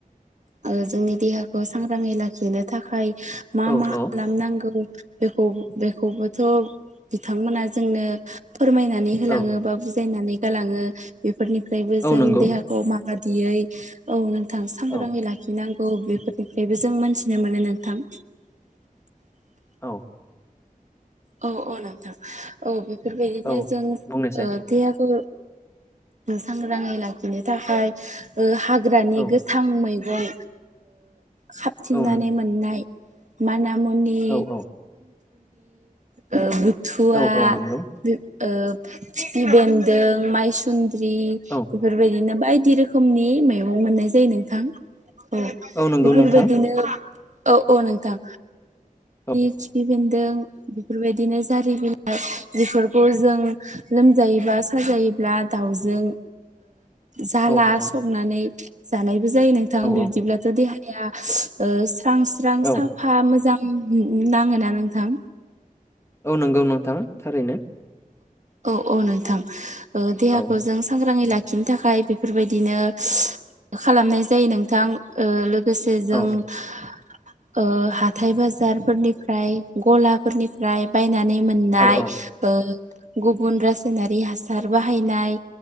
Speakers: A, on the right; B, on the left.
A: जोंनि देहा सांग्राङै लाखिनो थाखाय मा
B: औ
A: मा
B: औ
A: खालामनांगौ? खौबोथ' बिथांमोना जोंनो फोरमायनानै होलाङो
B: औ
A: बा बुजियनानै गलाङो बेनिफ्राय जों
B: औ नंगौ
A: देहाखौ मा दियै औ नोंथां सांग्राङै
B: औ
A: लाखिनांगौ बेफोरनिफ्रायबो जों मोनथिनो मोनो नोंथां। थां <unintelligible>
B: औ
A: औ औ नोंथां औ बेफोरबायदिनो
B: औ
A: जों
B: बुंनायसाय
A: देहाखौ सांग्राङै लाखिनो थाखाय हाग्रानि
B: औ
A: गोथां मैगं खाबथिंनानै
B: औ
A: मोननाय मानि मुनि नि
B: औ औ
A: बुथुवा
B: औ औ नंगौ
A: खिफि बेन्दों मायसुन्द्रि
B: औ
A: बेफोरबायदिनो बायदि रोखोमनि मैंगं मोननाय जायोमोन नोंथां औ
B: नंगौ
A: बेफोरबायदिनो
B: नोंथां
A: औ औ नोंथां।
B: औ
A: खिफि बेेन्दों बेफोरबायदिनो जारि बिलाइ बेफोरखौ जों लोमजायोबा साजायोब्ला दाउजों जाला
B: औ औ
A: संनानै जानायबो जायो नोंथां
B: औ
A: बिब्दिब्लाथ' देहाया स्रां स्रां साफा
B: औ
A: मोजां नाङोना नोंथां?
B: औ नंगौ नोंथां थारैनो
A: औ औ नोंथां ओ देहाखो
B: औ
A: जों सांग्राङै ला खिनो थाखाय बेफोरबायदिनो खालामनाय जायो नोंथां ओ लोगोसे जों
B: औ
A: <inaudible> ओ हाथाय बाजारफोरनिफ्राय गलाफोरनिफ्राय बायनानै मोननाय
B: औ औ
A: ओ गुबुन रासायनारि हासार बाहायनाय